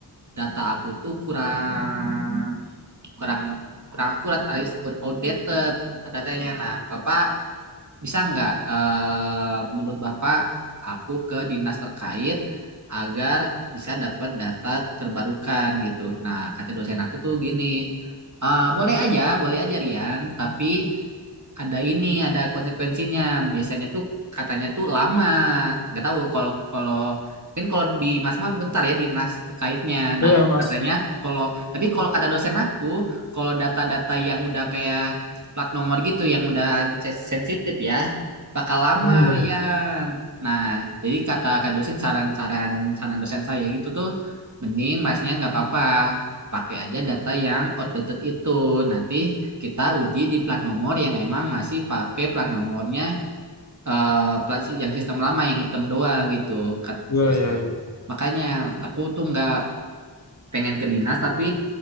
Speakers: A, on the right; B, on the left.
A: data aku tuh kurang kurang kurang akurat alias outdated datanya. Nah, Bapak bisa nggak eh, menurut Bapak aku ke dinas terkait agar bisa dapat data terbarukan gitu. Nah, kata dosen aku tuh gini, "Eh, boleh aja, boleh aja Rian, tapi ada ini, ada konsekuensinya. Biasanya tuh katanya tuh lama. Nggak tahu kalau kalau mungkin kalau di Masma bentar ya dinas terkaitnya.
B: Iya,
A: Nah,
B: Mas.
A: katanya kalau tapi kalau kata dosen aku, kalau data-data yang udah kayak plat nomor gitu yang udah sen- sensitif ya bakal lama
B: Hmm, benar.
A: ya. Nah, jadi kata kak dosen saran-saran saran saran- saran dosen saya gitu tuh mending masnya nggak apa-apa pakai aja data yang outdated itu. Nanti kita uji di plat nomor yang emang masih pakai plat nomornya eh, plat si-, yang sistem lama yang hitam doang gitu. Kat-
B: Iya,
A: Terus
B: iya, iya.
A: makanya aku tuh nggak pengen ke dinas tapi